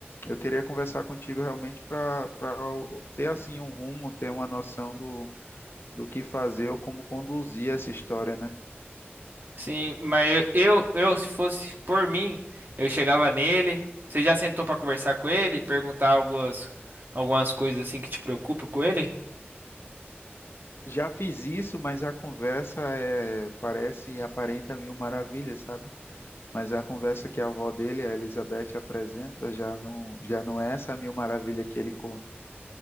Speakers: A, on the left; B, on the right.
A: eu queria conversar contigo realmente para para ter assim um rumo, ter uma noção do, do que fazer ou como conduzir essa história, né?
B: sim, mas eu, eu, eu, se fosse por mim, eu chegava nele. Você já sentou pra conversar com ele, perguntar algumas, algumas coisas assim que te preocupam com ele?
A: Já fiz isso, mas a conversa é, parece e aparenta mil maravilhas, sabe? Mas é a conversa que a avó dele, a Elizabeth, apresenta já não, já não é essa mil maravilha que ele conta.